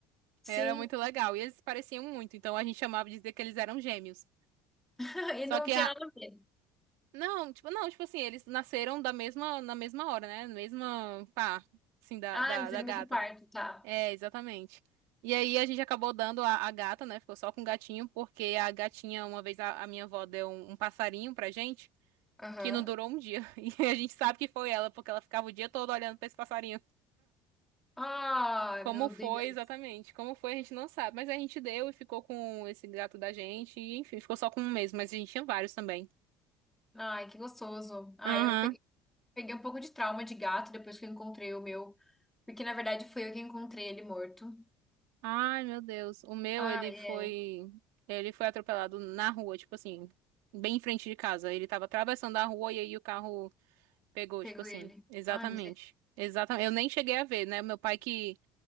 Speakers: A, in the centre; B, on the right.
A: sim.
B: Era muito legal. E eles se pareciam muito, então a gente chamava de dizer que eles eram gêmeos.
A: <laughs> E não
B: Só que
A: tinha
B: a.
A: nada a ver.
B: Não, tipo, não, tipo assim, eles nasceram da mesma, na mesma hora, né? Na mesma pá, assim, da,
A: Ah,
B: da,
A: eles
B: da
A: no
B: gata.
A: mesmo parto, tá.
B: É, exatamente. E aí a gente acabou dando a, a gata, né? Ficou só com o gatinho, porque a gatinha, uma vez a, a minha avó deu um, um passarinho pra gente,
A: Aham.
B: que não durou um dia. <laughs> E a gente sabe que foi ela, porque ela ficava o dia todo olhando pra esse passarinho.
A: Ai,
B: Como
A: meu
B: foi
A: Deus.
B: exatamente? Como foi, a gente não sabe. Mas a gente deu e ficou com esse gato da gente. E, enfim, ficou só com um mesmo, mas a gente tinha vários também.
A: Ai, que gostoso. Ai,
B: Aham.
A: eu pe- peguei um pouco de trauma de gato depois que eu encontrei o meu. Porque, na verdade, fui eu que encontrei ele morto.
B: Ai, meu Deus. O meu,
A: Ah,
B: ele
A: é.
B: foi. Ele foi atropelado na rua, tipo assim, bem em frente de casa. Ele tava atravessando a rua e aí o carro pegou,
A: Pegou
B: tipo assim.
A: ele.
B: Exatamente.
A: Ah, misericórdia.
B: Exatamente. Eu nem cheguei a ver, né? Meu pai que,